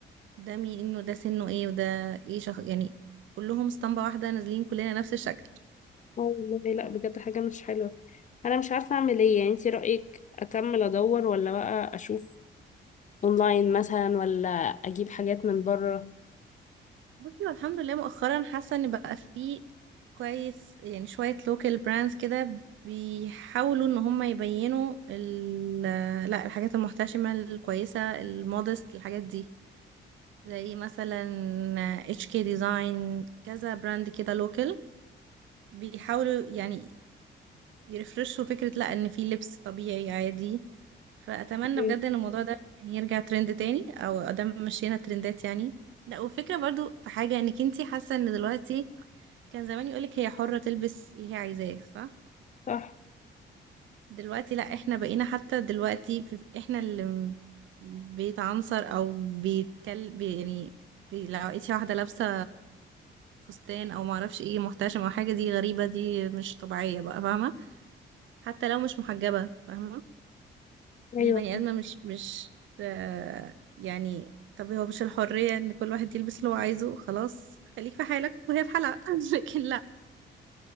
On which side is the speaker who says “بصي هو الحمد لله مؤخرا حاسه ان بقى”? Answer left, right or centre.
Right